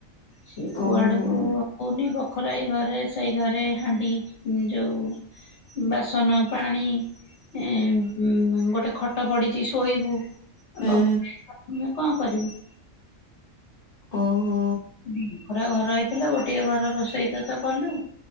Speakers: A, on the left; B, on the left.
A: ସିଏ କୁଆଡକୁ
B: ଓହୋ
A: କହୁନି ବ ବଖରାଇ ଘରେ ସେଇ ଘରେ ହାଣ୍ଡି ଯୋଉ ବାସନ ପାଣି ଏ ଉଁ ଗୋଟେ ଖଟ ପଡିଛି ଶୋଇବୁ
B: ହୁଁ
A: ବ ମାନେ କଣ କରିବୁ।
B: ଓହୋ।
A: ଦି ବଖରା ଘର ହେଇଥିଲେ ଗୋଟିଏ ଘର ରୋଷେଇବାସ କଲୁ।